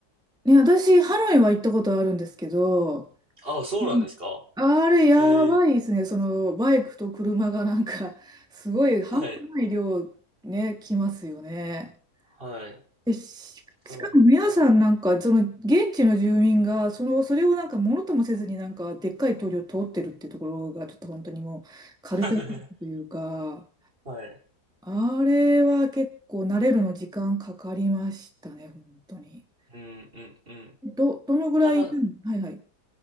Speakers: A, in the centre; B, on the right.
A: ね、私、ハノイは行ったことあるんですけど、
B: あ、そうなんですか。
A: うんあれ、やばいですね。
B: ええ、
A: その、バイクと車がなんか、すごい半端ない量、
B: はい、
A: ね、来ますよね。
B: はい、
A: で、し、しかも皆さんなんか、
B: そうなんですよ。
A: その現地の住民が、その、それをなんかものともせずになんか、でっかい通りを通ってるってところが、ちょっと本当にもう、カルチャーショックというか、
B: <laughs> はい。
A: あれは結構慣れるの時間かかりましたね、本当に。
B: うん、うん、うん。
A: ど、どのぐらい、
B: はな、
A: うんはいはい、